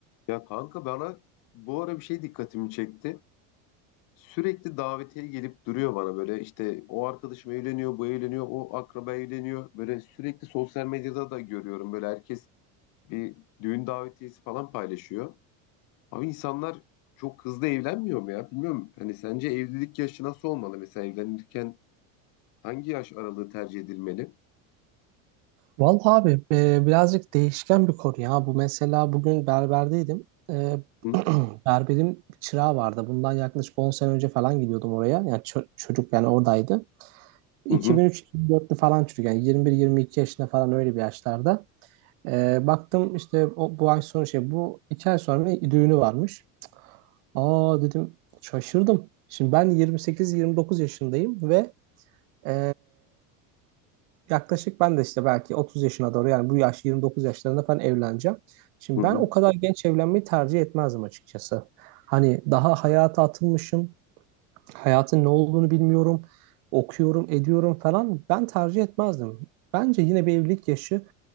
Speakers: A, on the left; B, on the right.
A: Ya kanka bana bu ara bir şey dikkatimi çekti. Sürekli davetiye gelip duruyor bana böyle işte o arkadaşım evleniyor, bu evleniyor, o akraba evleniyor. Böyle sürekli sosyal medyada da görüyorum böyle herkes bir düğün davetiyesi falan paylaşıyor. Abi insanlar çok hızlı evlenmiyor mu ya? Bilmiyorum. Hani sence evlilik yaşı nasıl olmalı? Mesela evlenirken hangi yaş aralığı tercih edilmeli?
B: Vallahi abi e, birazcık değişken bir konu ya. Bu mesela bugün berberdeydim. E,
A: Hı
B: <clears throat> berberim çırağı vardı. Bundan yaklaşık 10 sene önce falan gidiyordum oraya. Yani ço- çocuk yani oradaydı. 2003-2004'lü
A: hı hı.
B: falan çocuk yani 21-22 yaşında falan öyle bir yaşlarda. E, baktım işte o, bu ay sonra şey bu iki ay sonra bir düğünü varmış. Aa dedim şaşırdım. Şimdi ben 28-29 yaşındayım ve e, Yaklaşık ben de işte belki 30 yaşına doğru yani bu yaş 29 yaşlarında falan evleneceğim. Şimdi
A: hı.
B: ben o kadar genç evlenmeyi tercih etmezdim açıkçası. Hani daha hayata atılmışım. Hayatın ne olduğunu bilmiyorum. Okuyorum, ediyorum falan. Ben tercih etmezdim. Bence yine bir evlilik yaşı